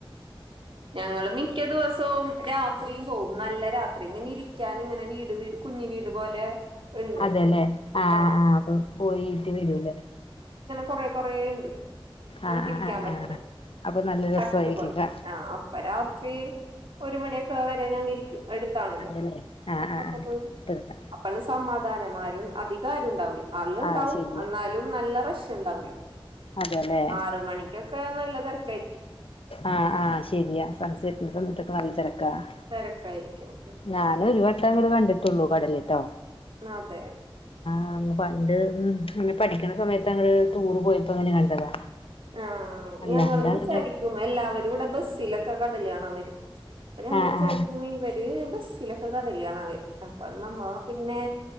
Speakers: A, on the right; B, on the left.
A: ഞങ്ങള് മിക്ക ദിവസവും രാ രാത്രി പോവും നല്ല രാത്രി ഇങ്ങനെ ഇരിക്കാൻ ഇങ്ങനെ വീട് വീട് കുഞ്ഞ് വീട് പോലെ ഉണ്ട്
B: അതെല്ലേ ആ
A: ആഹ്
B: ആ അപ്പൊ പോയിട്ട് വരൂല്ലേ
A: കുറെ കുറെ ഇണ്ട് നമുക്കിരിക്കാൻ
B: ആഹ് ആഹ് ആഹ്
A: പറ്റണ
B: ആഹ് അപ്പൊ നല്ല രസമായിരിക്കും
A: ഹട്ട് പോലെ
B: ക
A: ആ അപ്പ രാത്രി ഒരു മണിയൊക്കെ വരെ ഞങ്ങ ഇരിക്കും അടുത്താണല്ലോ
B: അതല്ലേ ആഹ്
A: അപ്പൊക്കെ
B: ആഹ് ആഹ്
A: പോ
B: ഇപ്പ
A: അപ്പ സമാധാനമാരു അധികമാരുമിണ്ടാവില്ല അന്ന് ഉണ്ടാവും
B: ആഹ് ശരിയാ
A: എന്നാലും നല്ല റ ണ്ടാവൂല്ല
B: അതെല്ലേ
A: ആറ് മണിക്കൊക്കെ നല്ല <unintelligible>
B: ആ ആ ശരിയാ സംസരിക്കുന്ന സമയത്തൊക്കെ നല്ല തിരക്ക് ക
A: തിരക്കായിരിക്കും ഉം
B: ഞാന ഒരു വട്ടാക വണ്ട ഇട്ടുള്ളൂ കടലട്ടോ
A: നത
B: ആ പണ്ട്ങ്ങ പഠിക്കണ സമയത്ത്ങ്ങ ടൂർ പോയപ്പോ അങ്ങനെ കണ്ടതാ
A: ആഹ
B: അല്ലാണ്ട്
A: ഞങ്ങളും
B: അങ്ങനെ
A: വിചാരിക്കും എല്ലാവ ഇവിടെ ബസ്സിലൊക്കെ കടല് കാണാൻ വരും അപ്പൊ ഞങ്ങള്
B: ആഹ്
A: വിചാരിക്കും
B: ആഹ്
A: ഇവര് സിലക്ക് കടല് കാണവരും അപ്പ നമ്മ പിന്നെ